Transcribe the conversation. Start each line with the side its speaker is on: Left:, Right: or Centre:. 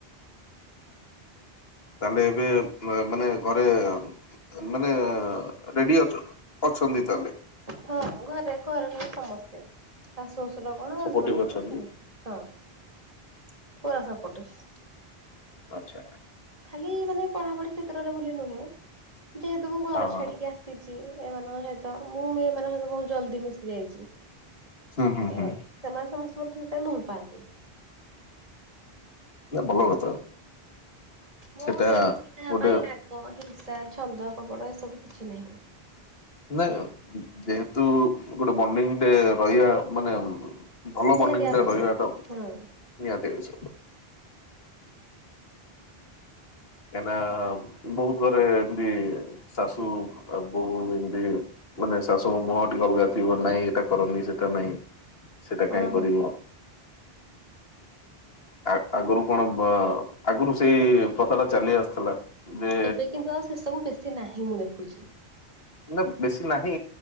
Left: ତାହେଲେ ଏବେ ମାନେ ଘରେ ମାନେ ରେଡ଼ି ଅଛ ଅଛନ୍ତି ତାହେଲେ।
Right: ହଁ ଘରେ ଘର ର ସମସ୍ତେ ଶାଶୁ ଶଶୁର କଣ
Left: ସପୋର୍ଟିଭ
Right: ହଜବେଣ୍ଡ୍ କଣ
Left: ଅଛନ୍ତି।
Right: ସମସ୍ତେ। ହଁ ପୁରା ସପୋଟିଭ୍।
Left: ଆଚ୍ଛା।
Right: ଖାଲି ମାନେ ପଢ଼ାପଢ଼ି କ୍ଷେତ୍ରରେ ବୋଲି ନୁହେଁ ଯେହେତୁ ମୁଁ ଘର
Left: ହଁ ହଁ
Right: ଛାଡ଼ିକି ଆ ମିଶିଚି ଏମାନଙ୍କ ସହିତ ମୁଁ ବି ଏମାନଙ୍କ ସହିତ ବହୁତ୍ ଜଲଦି ମିଶି ଯାଇଛି।
Left: ହୁଁ ହୁଁ
Right: ତ
Left: ହୁଁ
Right: ସେମାନେ ସମସ୍ତେ ମତେ ସେଥିପାଇଁ ଭଲ ପାଆନ୍ତି।
Left: ନାଁ ଭଲ କଥା।
Right: ମୋ
Left: ସେଟା
Right: ମନ ଭିତରେ କିଛି କାହା
Left: ଗୋଟେ
Right: ପାଇଁ ରାଗ, ହିଂସା, ଛନ୍ଦ, କପଟ ଏସବୁ କିଛି ନାହିଁ।
Left: ନାଇଁ ଯେହେତୁ ଗୋଟେ ବଣ୍ଡିଙ୍ଗ୍ ଟେ ରହିବା ମାନେ ଭଲ
Right: ନିହାତି
Left: ବଣ୍ଡିଙ୍ଗ୍
Right: ଆବଶ୍ୟକ
Left: ଟା ରହିବାଟା ନିହାତି
Right: ହଁ।
Left: ଆବଶ୍ୟକ। କାହିଁନା ବହୁତ୍ ଘରେ ଏମିତି ଶାଶୁ ବୋଉ ଏମିତି ମାନେ ଶାଶୁ ଙ୍କ ମୁହଁ ଟିକେ ଅଲଗା ଥିବ ନାଇଁ ଏଟା କରନି ସେଟା ନାଇଁ ସେଇଟା
Right: ହଁ
Left: କାଇଁ
Right: ହଁ
Left: କରିବ। ଆ ଆଗରୁ କଣ ଅ ଆଗରୁ ସେଇ ପ୍ରଥାଟା ଚାଲି ଆସୁଥିଲା। ଯେ
Right: ଏବେ କିନ୍ତୁ ଆଉ ସେ ସବୁ ବେଶୀ ନାହିଁ ମୁଁ ଦେଖୁଛି।
Left: ନା ବେଶୀ ନାହିଁ